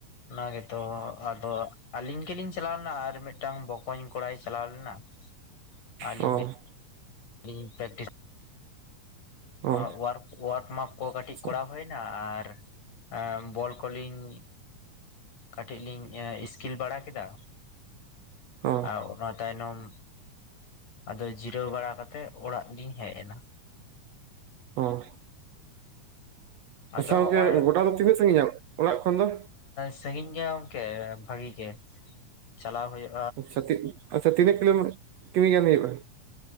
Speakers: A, on the left; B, on the right.
A: ᱚᱱᱟ ᱜᱮᱛᱚ ᱟᱫᱚ ᱟᱹᱞᱤᱧ ᱜᱮᱞᱤᱧ ᱪᱟᱞᱟᱣ ᱞᱮᱱᱟ ᱟᱨ ᱢᱤᱫᱴᱟᱝ ᱵᱚᱠᱚᱧ ᱠᱚᱲᱟᱭ ᱪᱟᱞᱟᱣ ᱞᱮᱱᱟ, <inaudible> ᱟᱹᱞᱤᱧ
B: ᱚ
A: ᱜᱮ <inaudible> ᱞᱤᱧ ᱯᱨᱮᱠᱴᱤᱥ
B: ᱚ
A: ᱳᱣᱟᱨᱠ ᱳᱣᱟᱨᱠ ᱢᱟᱯ ᱠᱚ ᱠᱟᱹᱴᱤᱡ
B: ᱟᱪᱪᱷᱟ
A: ᱠᱚᱨᱟᱣ ᱦᱩᱭᱱᱟ, ᱡᱟᱦᱟᱸ ᱟᱨ ᱮᱸᱻ ᱵᱚᱞ ᱠᱚᱞᱤᱧ ᱠᱟᱹᱴᱤᱡ ᱞᱤᱧ ᱤᱥᱠᱤᱞ ᱵᱟᱲᱟ ᱠᱮᱫᱟ <inaudible>
B: <inaudible>
A: ᱟᱨ ᱚᱱᱟ ᱛᱟᱭᱱᱚᱢ ᱟᱫᱚ ᱡᱤᱨᱟᱹᱣ ᱵᱟᱲᱟ ᱠᱟᱛᱮᱫ ᱚᱲᱟᱜ ᱞᱤᱧ ᱦᱮᱡ ᱮᱱᱟ᱾
B: ᱚᱸᱻ
A: ᱟᱫᱚ
B: ᱜᱚᱝᱠᱮ
A: ᱦᱚᱸᱜᱼᱚᱭ
B: ᱜᱚᱰᱟ ᱫᱚ ᱛᱤᱱᱟᱹᱜ ᱥᱟᱺᱜᱤᱧᱟ ᱚᱲᱟᱜ ᱠᱷᱚᱱ ᱫᱚ
A: ᱥᱟᱺᱟᱜᱤᱧ ᱜᱮ ᱜᱚᱝᱠᱮ ᱵᱷᱟᱜᱤ ᱜᱮ ᱪᱟᱞᱟᱣ ᱦᱩᱭᱩᱜ
B: ᱟᱪᱪᱷᱟ ᱟᱪᱪᱷᱟ ᱛᱤᱱᱟᱹᱜ ᱠᱤᱞᱳᱢᱤ ᱠᱤᱢᱤ ᱜᱟᱱ ᱦᱩᱭᱩᱜᱼᱟ